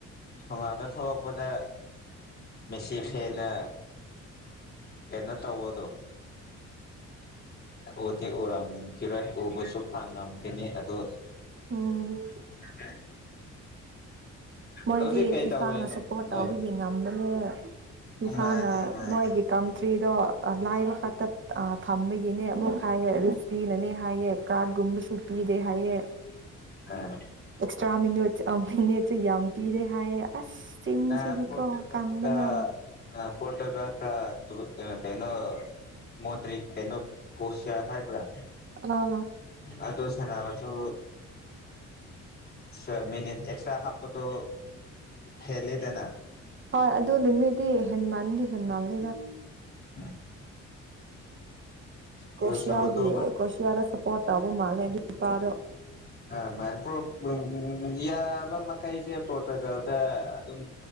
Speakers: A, on the left (about 30°); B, on the right (about 40°).
A: ꯊꯣꯡꯒꯥꯥꯟꯗ ꯊꯣꯂꯛꯄꯗ ꯃꯦꯁꯤ ꯐꯦꯟꯅ ꯀꯩꯅꯣ ꯇꯧꯕꯗꯣ ꯎꯗꯤ ꯎꯔꯝꯈꯤꯔꯣꯏ ꯎꯕꯁꯨ ꯐꯪꯉꯝꯈꯤꯅꯤ ꯑꯗꯨ
B: ꯎꯝ
A: <unintelligible>
B: ꯃꯣꯏꯗꯤ
A: ꯍꯧꯖꯤꯛ ꯀꯩ
B: ꯐꯤꯐꯥꯅ
A: ꯇꯧꯔꯤꯅꯣ
B: ꯁꯞꯄꯣꯔꯠ
A: ꯅꯣꯏ
B: ꯇꯧꯕꯒꯤ ꯉꯝꯕꯅꯦ ꯐꯤꯐꯥꯅ
A: ꯃꯥꯅꯦ ꯃꯥꯅꯦ
B: ꯃꯣꯏꯒꯤ ꯀꯟꯇ꯭ꯔꯤꯗꯣ ꯂꯥꯏꯕ ꯈꯛꯇ ꯊꯝꯕꯒꯤꯅꯦ ꯑꯃꯨꯛ ꯍꯥꯏꯌꯦ ꯃꯤꯅꯅꯦ ꯍꯥꯏꯌꯦ ꯀꯥꯔꯠ ꯀꯨꯝꯕꯁꯨ ꯄꯤꯗꯦ ꯍꯥꯏꯌꯦ
A: ꯑꯥ
B: ꯑꯦꯛꯁꯇ꯭ꯔꯥ ꯃꯤꯅꯔꯠ ꯑ ꯃꯤꯅꯤꯠ ꯁꯨ ꯌꯥꯝ ꯄꯤꯔꯦ ꯍꯥꯏꯌꯦ ꯑꯁ ꯆꯤꯟꯁꯤꯗꯤꯀꯣ
A: ꯑꯥ ꯄ꯭ꯔꯣꯇꯨꯒꯜ
B: ꯀꯟꯕꯅ
A: ꯒ ꯂ ꯄꯣꯔꯇꯨꯒꯥꯜ ꯒ ꯀꯩꯅꯣ ꯃꯣꯗꯔꯤꯛ ꯀꯩꯅꯣ ꯀꯣꯁꯤꯌꯥ ꯍꯥꯏꯕ꯭ꯔꯥ
B: ꯑꯥ
A: ꯑꯗꯣ ꯁꯅꯥꯕꯗꯣ ꯁꯇ꯭ꯔꯥ ꯃꯤꯅꯤꯠ ꯑꯦꯛꯁꯇ꯭ꯔꯥ ꯍꯥꯞꯄꯗꯣ ꯍꯦꯟꯂꯦꯗꯅ
B: ꯍꯣꯏ ꯑꯗꯨ ꯅꯨꯃꯤꯠꯗꯤ ꯍꯦꯟꯃꯟꯗꯤ ꯍꯦꯟꯃꯜꯂꯤꯗ
A: ꯍꯣꯢ
B: ꯀ꯭ꯔꯣꯁꯤꯌꯥꯒꯤ
A: ꯑꯗꯨꯁꯨ ꯑꯗꯨꯝ
B: ꯑꯦ ꯀꯣꯔꯁꯤꯌꯥꯗ ꯁꯞꯄꯣꯔꯠ ꯇꯧꯕ ꯃꯥꯜꯂꯦ ꯑꯗꯨ ꯅꯨꯄꯥꯗꯣ
A: ꯑ ꯃꯅꯤ ꯄ꯭ꯔꯣ ꯄ꯭ꯔꯣ ꯌꯥꯕ ꯃꯈꯩꯁꯦ ꯄꯣꯔꯇꯨꯒꯜꯗ ꯑꯗꯨꯝ